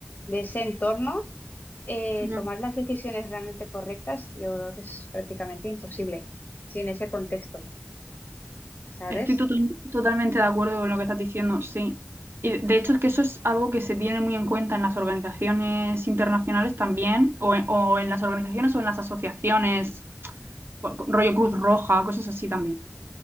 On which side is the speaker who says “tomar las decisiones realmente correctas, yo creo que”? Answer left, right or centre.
Left